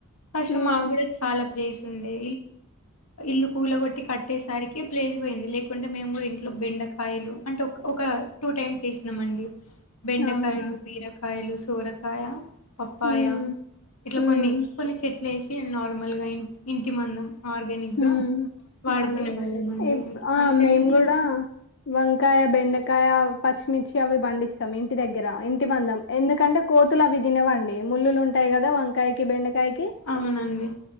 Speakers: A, on the left; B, on the left.
A: ఫస్ట్
B: ఉమ్
A: మకూడా చాలా ప్లేస్ ఉండే ఇల్లు కూల కొట్టి కట్టేసరికి ప్లేస్ పోయింది లేకుంటే మేము కూడా ఇ బెండకాయలు అంటే ఒక ఒక టూ టైమ్స్ వేసినాం అండి బెండకాయలు,
B: అవునా
A: బీరకాయలు, సోరకాయ, పప్పాయ
B: హ్మ్
A: ఇట్లా
B: హ్మ్
A: కొన్ని కొన్ని చెట్లు వేసి నార్మల్గా ఇ ఇం మందం ఆర్గానిక్
B: హ్మ్
A: గా వాడుకునే
B: అవును
A: వాళ్ళం అండి
B: ఇప్ ఆ
A: అంతేగాని
B: మేము కూడా వంకాయ, బెండకాయ, పచ్చిమిర్చి అవి పండిస్తాం ఇంటి దగ్గర ఇంటి మందం ఎందుకంటే కోతు లు అవి తినవండి ముల్లులు ఉంటాయి కదా వంకాయకి, బెండకాయకి
A: అవునండి